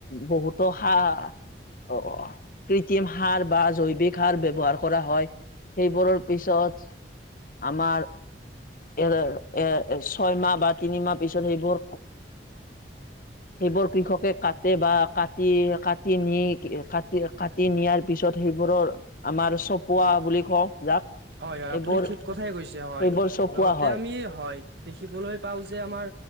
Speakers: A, on the left (about 50°); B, on the right (about 75°).
A: বহুত হা অ' কৃত্ৰিম সাৰ বা জৈৱিক সাৰ ব্যৱহাৰ কৰা হয়। সেইবোৰৰ পিছত আমাৰ এ এৰ ছয় মাহ বা তিনিমাহ পিছত সেইবোৰ সেইবোৰ কৃষকে কাটে বা কাটি কাটি নি কাটি কাটি নিয়াৰ পিছত সেই এইবোৰৰ আমাৰ চপোৱা বুলি কওঁ যাক
B: হয় হয়
A: এইবোৰ
B: আপুনি ঠিক কথাই কৈছে, হয়
A: এইবোৰ চপোৱা
B: লগতে
A: হয়
B: আমি হয় দেখিবলৈ পাও যে আমাৰ